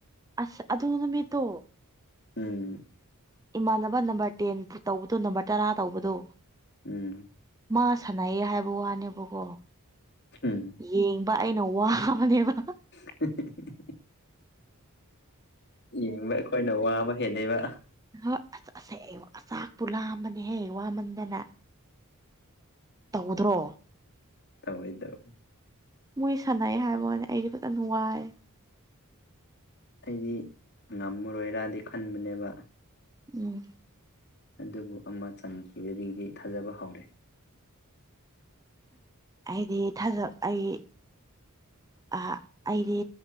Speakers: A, on the right (about 15°); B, on the left (about 50°).
A: ꯑꯁ ꯑꯗꯨ ꯅꯨꯃꯤꯠꯇꯣ
B: ꯎꯝ
A: ꯏꯃꯥꯟꯅꯕ ꯅꯝꯕꯔ ꯇꯦꯟ ꯇꯧꯕꯗꯣ ꯅꯝꯕꯔ ꯇꯔꯥ ꯇꯧꯕꯗꯣ
B: ꯎꯝ
A: ꯃꯥ ꯁꯥꯟꯅꯩꯌꯦ ꯍꯥꯏꯕ ꯋꯥꯅꯦꯕꯀꯣ
B: ꯎꯝ
A: ꯌꯦꯡꯕ ꯑꯩꯅ ꯋꯥꯕꯅꯦꯕ
B: <unintelligible> ꯌꯦꯡꯕ ꯑꯩꯈꯣꯏꯅ ꯋꯥꯕ ꯍꯦꯜꯂꯦꯕ
A: ꯍꯣꯏ ꯑꯁ ꯑꯁꯦ ꯆ ꯆꯥꯛꯄꯨ ꯂꯥꯝꯕꯅꯦꯍ‌ꯦ ꯋꯥꯃꯟꯗꯅ ꯇꯧꯗ꯭ꯔꯣ
B: ꯇꯧꯋꯦ ꯇꯧꯋꯦ
A: ꯃꯣꯏ ꯁꯥꯟꯅꯩ ꯍꯥꯏꯕ ꯋꯥꯟ ꯑꯩꯗꯤ ꯐꯖꯟ ꯋꯥꯏ
B: ꯑꯩꯗꯤ ꯉꯝꯃꯔꯣꯏꯔꯗꯤ ꯈꯟꯕꯅꯦꯕ
A: ꯎꯝ
B: ꯑꯗꯨꯕꯨ ꯑꯃ ꯆꯟꯈꯤꯕꯗꯩꯗꯤ ꯊꯥꯖꯕ ꯍꯧꯔꯦ
A: ꯑꯩꯗꯤ ꯊꯥꯖ ꯑꯩ
B: <inaudible>
A: ꯑꯍ ꯑꯩꯗꯤ